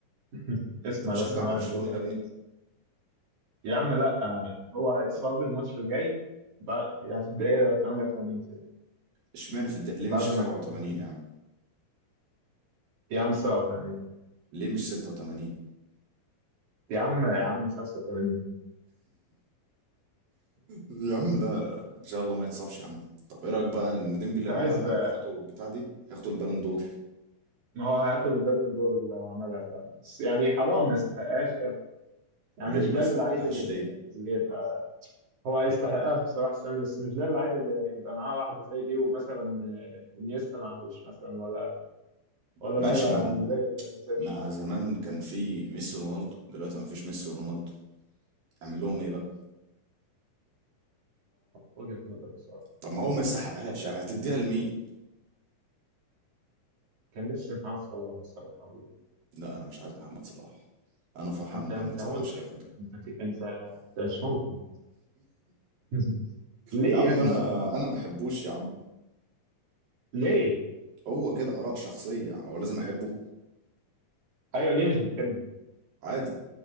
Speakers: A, on the right (about 55°); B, on the right (about 75°).
A: <laughs> اسمع
B: انت بتشجع
A: بس انا
B: برشلونة
A: عايز اقول
B: يا
A: لك
B: ابني
A: ايه يا عم لا آه، هو هيتصاب
B: طب
A: الماتش الجاي بع- يعني في الدقيقة 88 كده
B: اشمعنى في الدقيقة ليه
A: بعد
B: مش في
A: ما
B: 87
A: يكون
B: يا عم
A: يا عم 87
B: ليه مش 86
A: يا عم يا عم 85
B: يا عم لا لا ان شاء الله ما يتصابش يا عم طب ايه رايك بقى ان ديمبلي
A: انت
B: لو
A: عايز
B: عملها
A: آه،
B: وخدوا البتاع دي هياخدوا البالون دور
A: ما هو هياخد البالون دور اللي هو عملها فعلا بس يعني حرام ما يستحقهاش يعني يعني
B: ليه
A: مش
B: ما
A: ده
B: يستحقهاش
A: اللعيب اللي بقى
B: ليه
A: اللي يبقى هو هيستحقها بصراحة السنة دي بس مش ده اللعيب اللي يبقى معاه واحدة زي دي ومثلا آه، انيستا معهوش مثلا ولا ولا
B: ماشي
A: لعيبة
B: ما
A: يعني زي زي ماتش
B: ما زمان كان في ميسي ورونالدو دلوقتي ما فيش ميسي ورونالدو اعمل لهم ايه بقى
A: وجهة نظر بصراحة
B: طب ما هو ما يستحقهاش يعني هتديها لمين
A: كان نفسي محمد صلاح الصراحة والله
B: لا انا مش عايز محمد صلاح انا فرحان
A: أنت
B: ان محمد
A: أنت
B: صلاح
A: هو
B: مش
A: الحب
B: هياخدها
A: أنت في... أنت أنت مش ممكن <laughs> ليه
B: يا عم
A: يا ابني؟
B: انا انا ما بحبوش يا عم
A: ليه؟
B: هو كده اراء شخصيه هو لازم احبه
A: أيوه ليه مش بتحبه؟
B: عادي